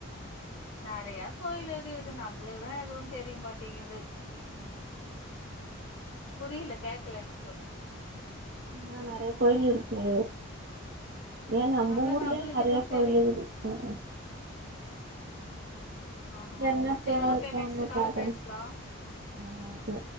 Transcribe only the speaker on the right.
ம்
ஆ நறைய கோயில் இருக்கு ஏன் நம்ம
ஊர்லயே
நறைய
கோயிலு
இகுது ஹ் ஹ
என்ன
போன
போன
பாத்த
ஆஹ் ஓகே